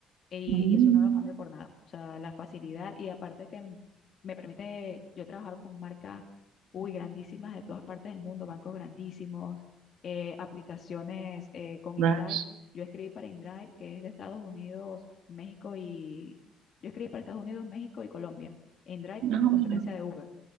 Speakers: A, on the left; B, on the right.
A: Y,
B: Mm,
A: y eso no lo cambio por nada. O sea, la facilidad y aparte que m- me permite yo trabajar con marcas, uy, grandísimas de todas partes del mundo, bancos grandísimos, eh, aplicaciones eh, con InDrive.
B: ¿Ves?
A: Yo escribí para InDrive, que es de Estados Unidos, México y... Yo escribí para Estados Unidos, México y Colombia. InDrive,
B: No,
A: que es la competencia
B: mira.
A: de Uber.